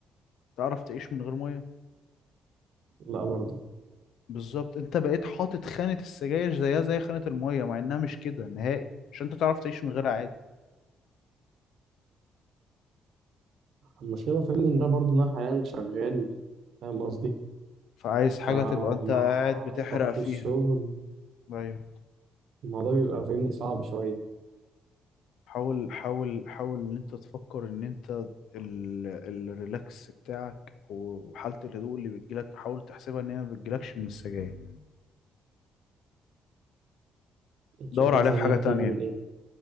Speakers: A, on the left; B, on the right.
A: تعرف تعيش من غير مية
B: لا برضه
A: بالظبط أنت بقيت حاطط خانة السجاير زيها زي خانة المية مع إنها مش كده نهائي عشان أنت تعرف تعيش من غيرها عادي
B: المشكله فاهمني ان انا برضه انا حاليا شغال فاهم قصدي
A: فعايز حاجة
B: فمع
A: تبقى انت قاعد بتحرق
B: ضغط
A: فيها
B: الشغل
A: ايوه
B: الموضوع بيبقى فاهمني صعب شويه
A: حاول حاول حاول ان انت تفكر ان انت ال... الريلاكس بتاعك وحالة الهدوء اللي بتجيلك حاول تحسبها ان هي ما بتجيلكش من السجاير
B: انت
A: دور
B: شايف مثلا
A: عليها في
B: ان
A: حاجة
B: هي بتيجي
A: تانية
B: من ايه